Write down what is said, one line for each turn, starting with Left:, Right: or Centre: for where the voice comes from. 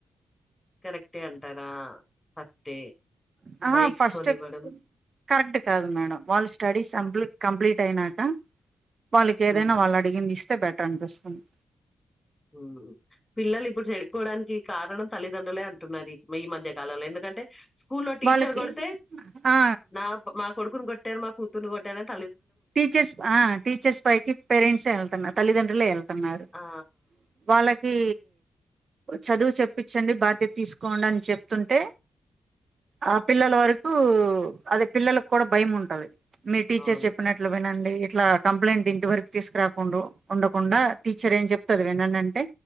Left: కరెక్టే అంటారా ఫస్టే
Right: ఆహా
Left: బైక్స్
Right: ఫస్ట్
Left: కొనివ్వడం
Right: కరెక్ట్ కాదు మేడం వాళ్ళు స్టడీస్ పంప్లే కంప్లీట్ అయినాక వాళ్ళకి ఏదైనా
Left: హ్మ్
Right: వాళ్ళు అడిగింది ఇస్ తే బెటర్ అనిపిస్తుంది
Left: హమ్ పిల్లలు ఇప్పుడు చెడిపోవడానికి కారణం తల్లి తండ్రులే అంటున్నారు ఈ మధ్య కాలంలో ఎందుకంటే స్కూల్లో టీచర్
Right: వాళ్ళకి
Left: కొడితే
Right: ఆ
Left: నా మా కొడు కోట్టారు మా కూతుర్ని కొట్టారు ఆన్
Right: టీచర్స్ ఆహ్ టీచర్స్ పైకి పేరెంట్సేళ్తన్నా తల్లిదండ్రులే వెళ్తతున్నా రూ
Left: ఆ
Right: వాళ్ళకి చదువు చెప్పించండి బాధ్యత తీసుకోండి అని చెప్తుంటే ఆహ్ పిల్లల వరకు అదే పిల్లలకు కూడా భయం ఉంటది మీ టీచర్
Left: అవును
Right: చెప్ అట్లా వినండి ఇట్లా కంప్లైంట్ ఇంటి వరకు తీసుకురాకుండా ఉండకుండా టీచర్ ఏం చెప్తే అది వినండి అంటే